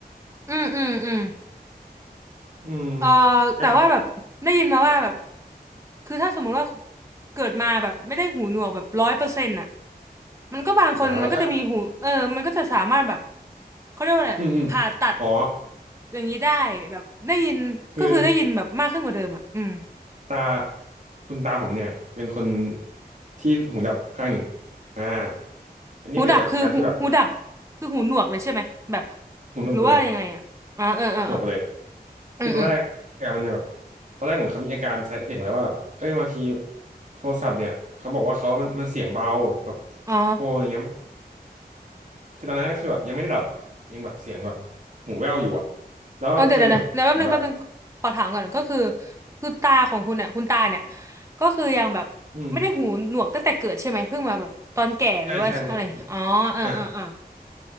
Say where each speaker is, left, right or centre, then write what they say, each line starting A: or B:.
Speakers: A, on the right; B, on the right.
A: อืมอืมอืม
B: อืม
A: เออ
B: อ่ะ
A: แต่ว่าแบบได้ยินมาว่าแบบคือถ้าสมมุติว่าเกิดมาแบบไม่ได้หูหนวกแบบร้อยเปอร์เซ็นต์อ่ะมันก็บางคนมันก็จะมีหูเออมันก็จะสามารถแบบ
B: อ่าแล้วค่อย
A: เขาเรียกว่าอะไรอะผ่าตัด
B: อืมอืมอ๋อ
A: อย่างนี้ได้แบบได้ยินก็คือได้ยินแบบมากขึ้นกว่าเดิมอ่ะอืม
B: คือ ตาคุณตาผมเนี่ยเป็นคนที่หูดับข้างหนึ่งอ่าอันนี้เกิดจากการที่แบบ
A: หูดับคือหูหูดับคือหูหนวกเลยใช่ไหมแบบ
B: หูหนวกไปเลย
A: หรือว่ายังไงอ่ะอ่าเออเออเออ
B: หนวกไปเลยคือตอนแรกอะมันจะแบบ
A: อืมอืม
B: ตอนแรกเหมือนเขามีอาการ side effect มาแล้วว่าแบบเอ้ยบางทีโทรศัพท์เนี่ยเขาบอกว่าเขามันมันเสียงเบาแบบ
A: อ๋อ
B: โทรอะไรเงี้ยไม่คือตอนนั้นก็คือแบบยังไม่ได้ดับอะยังแบบเสียงแบบหูแว่วอยู่อะแล้วจนเหมือนแบบ
A: เออเดี๋ยวเดี๋ยวเดี๋ยวเดี๋ยวแป๊บนึงแป๊บนึงขอถามก่อนก็คือคือตาของคุณเนี่ยคุณตาเนี่ยก็คือยังแบบไม่ได้หูหนวกตั้งแต่เกิดใช่ไหมเพิ่งมาแบบตอนแก่หรือว่าอะไรอ๋อเออเออเออ
B: อืมใช่ใช่ใช่อ่า